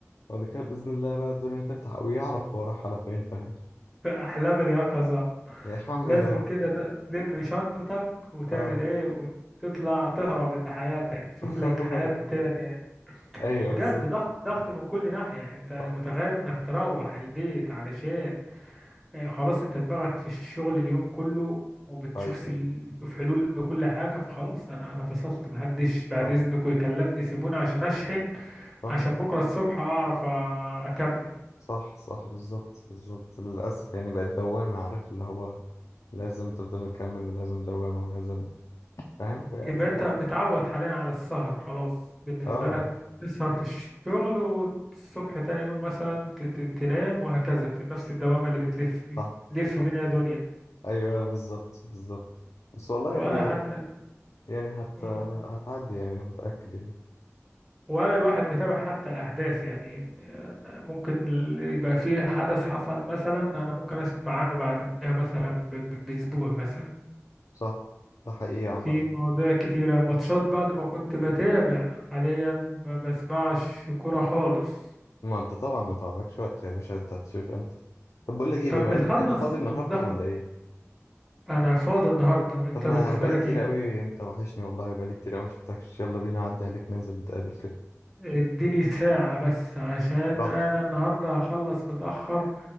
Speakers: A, on the left (about 85°); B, in the centre.
A: بعد كده بإذن الله بقى الدنيا تفتح ويعرف هو راح على فين فاهم
B: في أحلام اليقظة
A: يا عم
B: لازم
A: يا رب
B: كده ت- تلم شنطتك وتعمل
A: اه
B: ايه وتطلع تهرب لحياتك تشوف
A: <laughs>
B: لك حياة تانية
A: ايوه
B: بجد
A: بالظبط
B: ضغط ضغط من كل ناحية انت
A: صح
B: متخيل انك تروح البيت علشان آه، خلاص انت دماغك في الشغل اليوم كله وبتشوف
A: طيب
B: سل... بتشوف حلول لكل حاجة فخلاص انا انا فصلت محدش بعد
A: اه
B: اذنكم يكلمني سيبوني عشان اشحن
A: صح
B: عشان بكرة الصبح اعرف آه، اكمل
A: صح صح بالظبط بالظبط للأسف يعني بقت دوامة عارف اللي هو لازم تفضل مكمل ولازم دوامة ولازم فاهم يعني
B: يبقى انت
A: لا
B: متعود حاليا على السهر خلاص بالنسبة
A: اه
B: لك تسهر في الشغل والصبح تاني يوم مثلا ت... ت... تنام وهكذا في نفس الدوامة اللي بتلف بيه
A: صح
B: لف
A: صح
B: بينا يا دنيا
A: أيوه بالظبط بالظبط بس والله
B: ولا
A: يعني
B: حتى
A: يعني هت
B: مم.
A: هتعدي يعني متأكد يعني
B: ولا الواحد متابع حتى الأحداث يعني إن- ممكن يبقى في حدث حصل مثلا أنا ممكن أسمع عنه بعدها مثلا ب- ب- بأسبوع مثلا
A: صح ده حقيقة عامة
B: في مواضيع كتيرة ماتشات بعد ما كنت بتابع حاليا ما بسمعش كورة خالص
A: ما أنت طبعا ما تعرفش وقت يا باشا أنت هتشوف أنت طب بقول لك إيه
B: طب
A: بما
B: نتخلص
A: إن أنت فاضي النهاردة
B: من الضغط
A: ولا إيه؟
B: أنا فاضي النهاردة أنت
A: طب ما
B: بالنسبة
A: أنا بقالي
B: لك
A: كتير
B: إيه؟
A: قوي أنت وحشني والله بقالي كتير قوي ما شفتكش يلا بينا أعدي عليك ننزل نتقابل كده
B: اديني ساعة بس عشان
A: براحتك
B: انا النهاردة هخلص متأخر